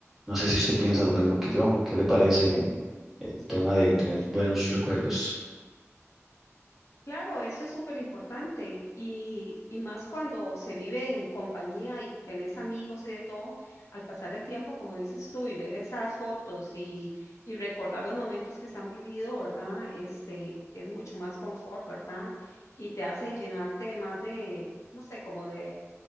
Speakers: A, in the centre; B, on the left (about 70°).
A: No sé si usted piensa lo mismo que yo. ¿Qué le parece el tema de tener buenos recuerdos?
B: Claro, eso es súper importante y, y más cuando se vive en compañía y tenés amigos y de todo, al pasar el tiempo, como dices tú, y ver esas fotos y, y recordar los momentos que se han vivido, ¿verdad? Este, es mucho más confort, ¿verdad? Y te hace llenarte más de, no sé, como de